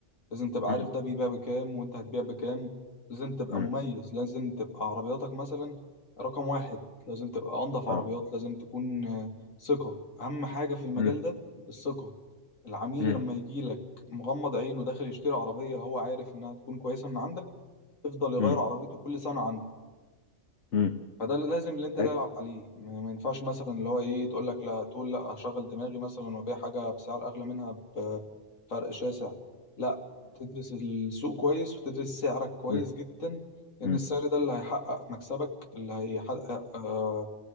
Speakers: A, on the left; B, on the left.
A: لازم تبقى
B: امم
A: عارف ده بيبيع بكام وانت هتبيع بكام لازم تبقى
B: امم
A: مميز لازم تبقى عربياتك مثلا رقم واحد لازم تبقى أنظف
B: اه
A: عربيات لازم تكون آه، ثقة أهم حاجة في المجال
B: امم
A: ده الثقة العميل
B: امم
A: لما يجيلك مغمض عينه داخل يشتري عربية هو عارف إنها تكون كويسة من عندك يفضل يغير
B: امم
A: عربيته كل سنة عندك
B: امم
A: فده اللي لازم اللي انت تلعب
B: امم
A: عليه ما ما ينفعش مثلا اللي هو ايه تقول لك لا تقول لا هشغل دماغي مثلا وابيع حاجه بسعر اغلى منها بفرق شاسع لا تدرس السوق كويس وتدرس سعرك كويس
B: امم
A: جدا لان
B: امم
A: السعر ده اللي هيحقق مكسبك اللي هيحقق آه